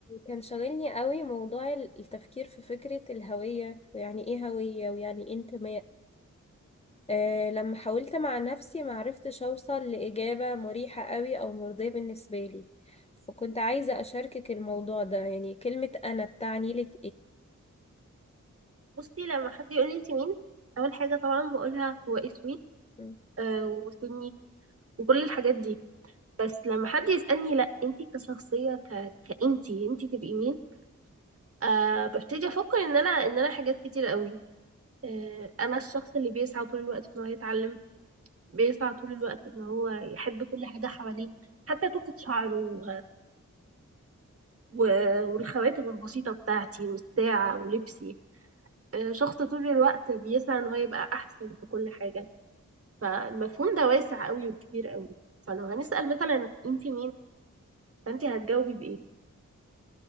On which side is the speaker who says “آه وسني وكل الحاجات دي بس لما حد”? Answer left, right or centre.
Right